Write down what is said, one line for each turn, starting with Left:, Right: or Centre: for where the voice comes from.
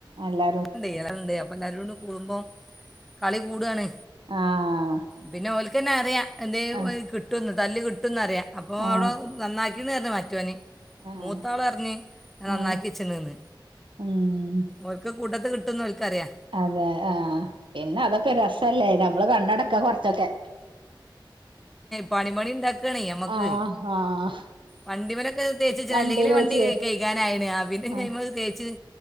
Right: അല്ല
Centre: ണ്ട് ഉണ്ട് അപ്പൊ എല്ലാരും കൂടി കൂടുമ്പോ കളി കൂടാണ്.
Right: ആഹ്
Centre: പിന്നെ ഓൽക്കന്നെ അറിയാ എന്തേ
Right: ആഹ്
Centre: കിട്ടുംന്ന് തല്ല് കിട്ടുന്നഅറിയ. അപ്പോ
Right: ആഹ്
Centre: അവ്ടെ നന്നാ <unintelligible> മറ്റോന്.
Right: ആഹ്
Centre: മൂത്താള് പർഞ്ഞ് ഞാൻ നന്നാക്കിച്ണ്
Right: ആഹ്
Centre: ന്ന്
Right: ഉം
Centre: ഓൽക്ക് കൂട്ടത്ത് കിട്ടുന്ന് ഓൽക്കറിയാ
Right: അതെ ആഹ് പിന്നെ അതൊക്കെ ഒര് രസല്ലേ നമ്മള് കണ്ണടക്കാ കൊർച്ചൊക്കെ.
Centre: പണിപണി ഇണ്ടാക്കാണേ ഞമ്മക്ക്.
Right: ആഹ് ആഹ്
Centre: വണ്ടിമലോക്കെ തേച്ച്ച്ച
Right: വണ്ടില്
Centre: അല്ലെങ്കിലേ വണ്ടി.
Right: വെച്ച്
Centre: കഴികാനായിന് ആ പിന്നെഞ
Right: ആഹ്
Centre: അയിമെ തേച്ച്.